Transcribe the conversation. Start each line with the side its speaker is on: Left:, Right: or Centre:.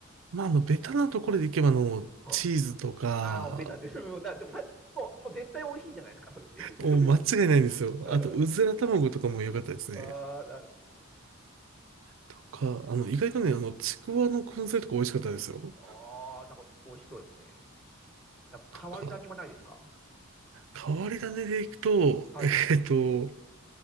Right: まあ、あの、ベタなところでいけば、あの、
Centre: は
Right: チーズとか、
Centre: ああー、ベタです。<laughs> うんなでもた、もう、もう絶対美味しいじゃないですか、それって。<laughs>
Right: もう間違いないんですよ。
Centre: うん
Right: あと、うずら卵とかも良かったですね。
Centre: ああ、なるほど。
Right: とか、あの、意外とね、あの、ちくわの燻製とか美味しかったですよ。
Centre: ああ、なんか美味しそうですね。なんか変わり種もないですか
Right: とか、変わり種でいくと、
Centre: はい。
Right: えっと、